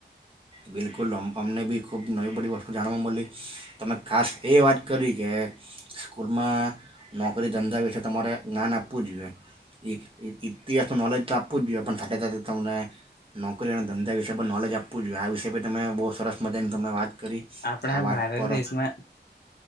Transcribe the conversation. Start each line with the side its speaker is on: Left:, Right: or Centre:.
Right: બિલકુલમ અમને બી ખૂબ નવી બધી વસ્તુ જાણવા મળલી તમે ખાસ એ વાત કરી કે સ્કૂલમાં નોકરી ધંધા વિશે તમારે જ્ઞાન આપવું જોઈએ ઇતિહાસનું નોલેજ તો આપવું જ જોઈએ પણ સાથે સાથે તમને નોક તે ના ધંધા વિશેય પણ નલેજ આપ જો આ વિષશે પણ તમે બહુ સરસ મજાની તમે વાત કરી
Left: આપણા
Right: આ વાત
Left: ભારત
Right: પર
Left: દેશમાં